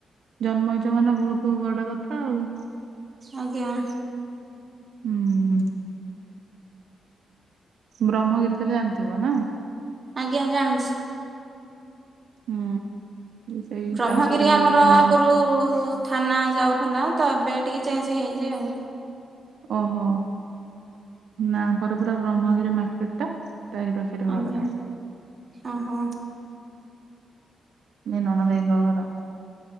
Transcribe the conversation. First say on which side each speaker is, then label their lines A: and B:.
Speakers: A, on the right; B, on the right.
A: ଜନ୍ମ ହେଇଚ ମାନେ ବୋହୁତ ବଡ କଥା ଆଉ।
B: ଆଜ୍ଞା।
A: ହୁଁ। ବ୍ରହ୍ମଗିରି ତାହେଲେ ଜାଣିଥିବ ନା?
B: ଆଜ୍ଞା ଜାଣିଚି।
A: ହୁଁ। ସେଇ
B: ବ୍ରହ୍ମଗିରି
A: ତାଙ୍କରି
B: ଆମର
A: ନଣନ୍ଦ
B: ଆଗରୁ ଥାନା ଯାଉଥିଲା। ତ ଏବେ ଟିକ ଚେଞ୍ଜ ହେଇଯା ଆଉ।
A: ଓହୋ ନା ଘର ପୁରା ବ୍ରହ୍ମଗିରି ମାର୍କେଟ ଟା। ତାରି ପାଖରେ ଘର
B: ଆଜ୍ଞା
A: ଟା।
B: ଓହୋ।
A: ନଣନ୍ଦେଇଙ୍କ ଘର।